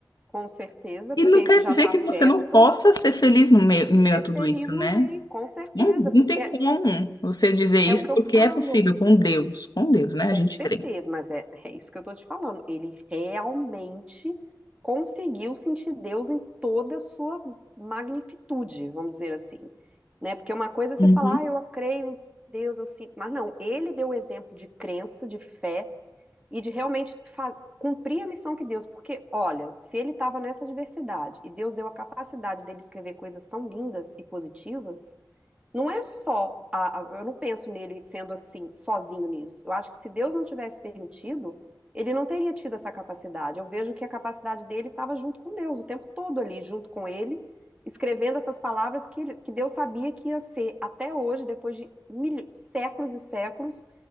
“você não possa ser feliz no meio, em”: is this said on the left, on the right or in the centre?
Left